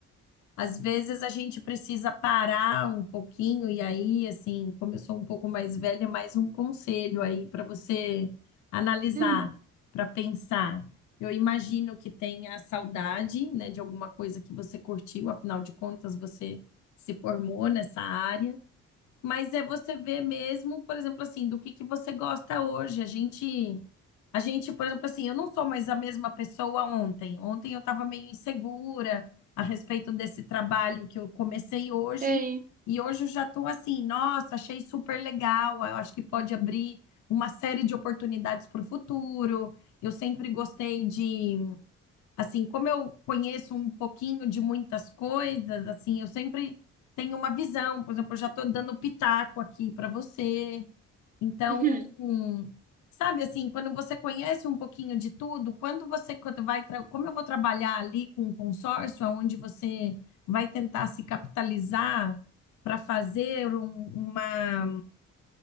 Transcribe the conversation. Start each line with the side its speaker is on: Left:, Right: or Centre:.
Left: às vezes a gente precisa parar um pouquinho, e aí, assim, como eu sou um pouco mais velha, é mais um conselho aí para você analisar,
Right: Hum,
Left: para pensar. Eu imagino que tenha a saudade, né, de alguma coisa que você curtiu, afinal de contas, você se formou nessa área. Mas é você ver mesmo, por exemplo, assim, do que que você gosta hoje. A gente, a gente, por exemplo, assim, eu não sou mais a mesma pessoa ontem. Ontem eu estava meio insegura a respeito desse trabalho que eu comecei hoje.
Right: tem.
Left: E hoje eu já estou assim, nossa, achei super legal. Eu acho que pode abrir uma série de oportunidades para o futuro. Eu sempre gostei de Assim, como eu conheço um pouquinho de muitas coisas, assim, eu sempre tenho uma visão. Por exemplo, eu já estou dando pitaco aqui para você. Então,
Right: Uhum,
Left: hum, sabe assim, quando você conhece um pouquinho de tudo, quando você quando vai, tra- como eu vou trabalhar ali com um consórcio, onde você vai tentar se capitalizar para fazer um- uma